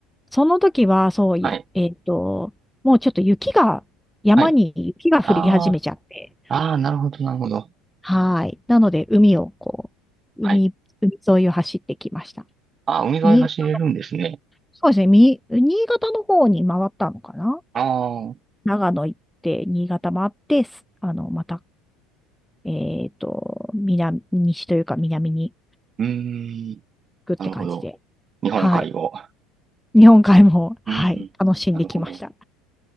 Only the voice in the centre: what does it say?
その時は、そういや、
えっと、もうちょっと雪が、山に雪が降り始めちゃって、
はい。なので、海をこう、
海、海沿いを走ってきました。
新潟、そうですね、み新潟の方に回ったのかな
長野行って、新潟回って、すあの、また、えっと、南、西というか南に
行くって感じで、
はい。日本海も、はい、
楽しんできました。